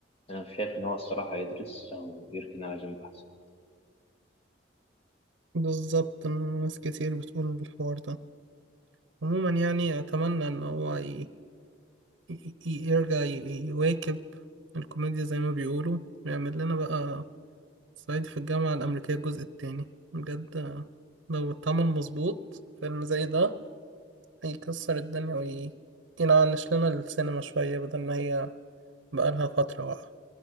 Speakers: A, on the left (about 30°); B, on the right (about 75°).
A: أنا شايف إن هو الصراحة يدرس أو يركن على جنب أحسن
B: بالظبط ناس كتير بتقول الحوار ده عموما يعني اتمنى ان هو ي... ي... ي- يرجع ي... يواكب الكوميديا زي ما بيقولوا ويعمل لنا بقى صعيدي في الجامعة الأمريكية الجزء التاني بجد لو اتعمل مظبوط فيلم زي ده يكسر الدنيا وينعنش لنا السينما شوية بدل ما هي بقالها فترة واقعة